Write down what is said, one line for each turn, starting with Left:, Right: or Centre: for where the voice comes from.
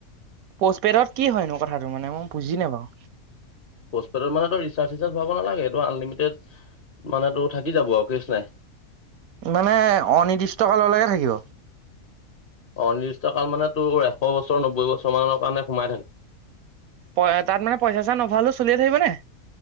Right: পষ্টপেডত কি হয়নো কথাটো মানে মই বুজি নাপাওঁ
Left: প'ষ্টপেডৰ মানে তই ৰিচাৰ্জ চিচাৰ্জ ভয়াব নালাগে এইটো তই আনলিমিটেড মানে তো থাকি যাব আউ কেচ নাই।
Right: মানে অনিৰ্দিষ্ট কাললৈকে থাকিব?
Left: অনিৰ্দিষ্ট কাল মানে তোৰ এশ বছৰ নব্বৈ বছৰ মানৰ কাৰণে সোমাই থাকে।
Right: প এ তাত মানে পইচা চা নভয়ালেও চলিয়ে থাকিব নে?